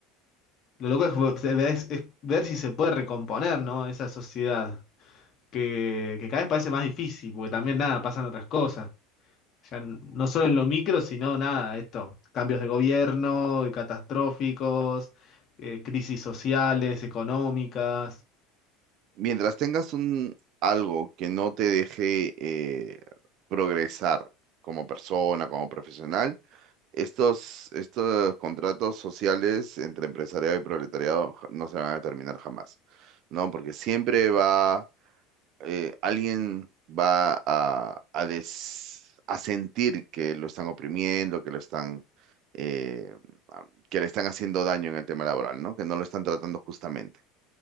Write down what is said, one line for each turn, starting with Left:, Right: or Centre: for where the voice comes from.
Left: lo loco es, vo- se ve- es- es ver si se puede recomponer, ¿no? Esa sociedad que, que cada vez parece más difícil, porque también nada, pasan otras cosas. Ya n- no solo en lo micro, sino nada, esto, cambios de gobierno, y catastróficos, eh, crisis sociales, económicas.
Right: Mientras tengas un algo que no te deje eh, progresar como persona, como profesional, estos, estos contratos sociales entre empresariado y proletariado ja- no se van a terminar jamás, ¿no? Porque siempre va, eh, alguien va a, a, des- a sentir que lo están oprimiendo, que lo están, eh, a- que le están haciendo daño en el tema laboral, ¿no? Que no lo están tratando justamente.